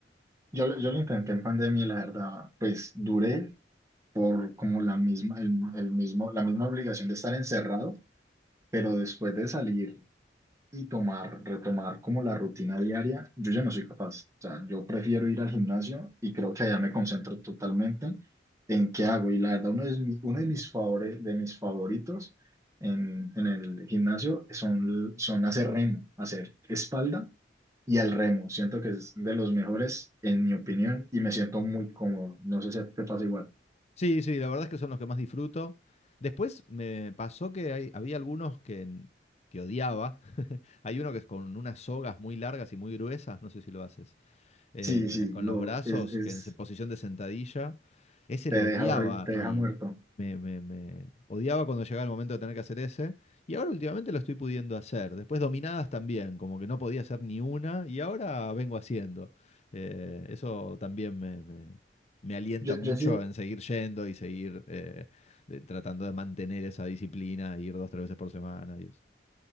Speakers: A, on the right; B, on the left.
A: Yo, lo- yo lo intenté en pandemia, y la verdad, pues duré por como la misma, el, el mismo, la misma obligación de estar encerrado, pero después de salir y tomar, retomar como la rutina diaria, yo ya no soy capaz. O sea, yo prefiero ir al gimnasio y creo que allá me concentro totalmente en qué hago. Y la verdad, uno de, mi- uno de mis favore- de mis favoritos en, en el gimnasio son, son hacer remo, hacer espalda y al remo. Siento que es de los mejores, en mi opinión, y me siento muy cómodo. No sé si a ti te pasa igual.
B: Sí, sí, la verdad es que son los que más disfruto. Después me pasó que hay- había algunos que, que odiaba. <laughs> Hay uno que es con unas sogas muy largas y muy gruesas, no sé si lo haces. eh,
A: Sí, sí,
B: con
A: lo,
B: los brazos,
A: es, es,
B: que en se- posición de sentadilla. Ese
A: te
B: lo
A: deja
B: odiaba
A: horri- te
B: y
A: deja muerto.
B: me, me- me- odiaba cuando llegaba el momento de tener que hacer ese. Y ahora últimamente lo estoy pudiendo hacer. Después dominadas también, como que no podía hacer ni una y ahora vengo haciendo. Eh, eso también me, me- me alienta
A: Yo,
B: mucho
A: yo he sido,
B: en seguir yendo y seguir eh, de- tratando de mantener esa disciplina, ir dos, tres veces por semana y eso.